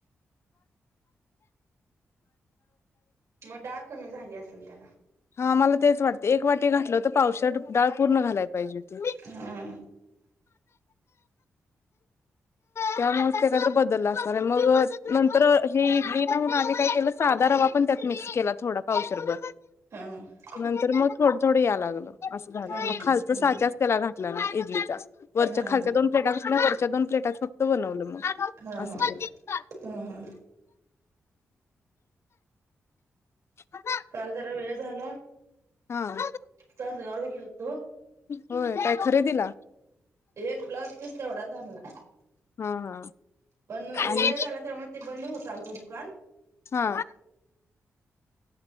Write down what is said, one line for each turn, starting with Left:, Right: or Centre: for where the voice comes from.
Right: मग डाळ कमी झाली असेल त्याला.
Left: हा मला तेच वाटतय, एक वाटी घातलं तर पावशेर डाळ पूर्ण घालायला पाहिजे होती.
Right: हां.
Left: त्यामुळं त्येच्यात बदलला असणार हाय, मग नंतर अ, ही इडली येईना म्हणून आम्ही काय केलं साधा रवा पण त्यात मिक्स केला, थोडा पावशरभर.
Right: <unintelligible>
Left: नंतर मग थोडं -थोडं याय लागलं, असं झालं.
Right: हा
Left: मग
Right: हा
Left: खालच
Right: हा.
Left: साच्याच त्याला घातलं म इडलीचा. वरच्या,
Right: हा
Left: खालच्या
Right: हा
Left: दोन प्लेटां वरच्या दोन प्लेटात फक्त बनवलं मग.
Right: हाहा,
Left: असं केलं
Right: हाहा.
Left: <unintelligible>
Right: काल जरा वेळा झाला.
Left: हा.
Right: तासगावला गेलतो.
Left: होय, काय खरेदीला?
Right: एक ब्लाउज पीस तेवढाच आणला.
Left: हा हा
Right: पण, वेळ
Left: आणि
Right: झाला त्यामुळ ते बंद होत आलत दुकान.
Left: हा,